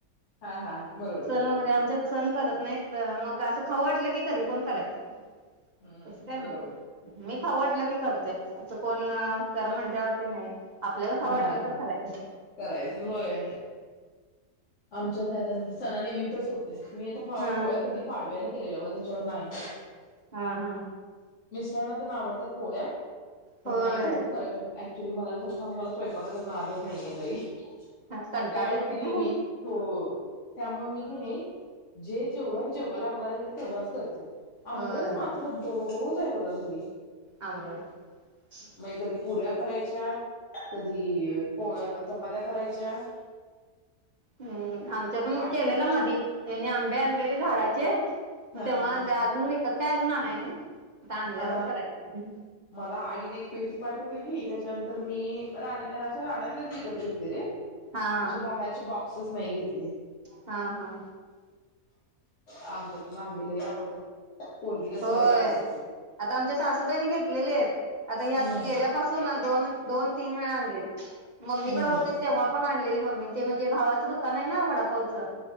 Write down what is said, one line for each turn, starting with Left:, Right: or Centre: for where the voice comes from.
Left: हा हा हा बरोबर
Right: सण
Left: बरोबर
Right: वगैरे आमच्यात सण करत नाहीत मग असं... खावं वाटलं की कधी पण करायचं...
Left: हम्म
Right: तसं काय
Left: बरोबर
Right: नाही मी खाऊ वाटलं की करतय असं कोणं सर म्हणल्यावरती नाही आपल्याला खाऊ
Left: हा
Right: वाटलं तर करायचं
Left: करायचं होय आमच्यात सणा निमित्त च होते मी आता पा
Right: हा
Left: पोळ्या कधी पाडव्याला केलेल्या बघा त्याच्यावर नाही.
Right: हा हा.
Left: मिस्टरांना ते आवडतात पोळ्या
Right: होय
Left: नाही सारखं करायचं होत <unintelligible> ऍक्च्युली मला खरं सांगु मला स्वयंपाकाचा नादच नाही आहेत.
Right: कंटाळ
Left: त्यामुळे
Right: येतोय
Left: की नाही
Right: ना
Left: मी हो हो त्यामुळे मी की नाही जे जेवढं जेवण लागणार आहे तेव्हाच करते आमरस
Right: होय
Left: मात्र दररोज नई बघा घरी
Right: आमरस
Left: मग कधी पुऱ्या करायच्यात कधी पोळया चपात्या करायच्या
Right: हूं आमच्या पण
Left: आई
Right: केलेलं मधी त्यानी आंबे आणलेले झाडांचे म
Left: हा
Right: तेव्हा
Left: हा
Right: आणल्या अजून विकत काय अजून आणय नाही आता आणल्यावर
Left: अ
Right: करायचं
Left: मला आईने एक पेटी पाठवलेली त्याच्यानंतर मी राणी <unintelligible> कधी घेतलेले
Right: हा
Left: आशे बाहेरचे बॉक्सेस नाही घेत
Right: हा हा
Left: आमच्यात पण आंबे लाय आवडतात पोरगीला
Right: होय
Left: तर लय आवड
Right: आता आमच्या सासूबाईनी घेतलेले आहेत आता यात
Left: हम्म
Right: गेल्यापासून दोन दोन तीन वेळ आणलेत मम्मीकडे
Left: हम्म
Right: होते तेव्हा पण आणलेली मम्मी ते म्हणजे भावाचं दुकान आहे ना वडापावचं